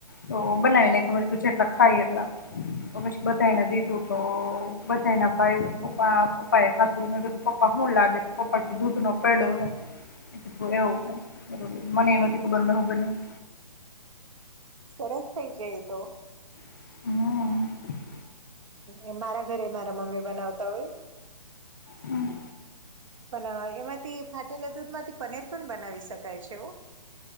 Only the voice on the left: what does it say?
તો બનાવી નાયખો મેં કીધું જેટલા ખાઈ એટલા. તો પછી બધાઈને દીધું તો બધાને ભાયવું. પપા પપાએ ખાધું. મે કધું પપ્પા હું લાગે, તો પપ્પા કે દૂધ નો પેડો હોય. મેં કીધું એવું. મને ય નથી ખબર મે હું બનાયવું.
હા.
હમ્મ.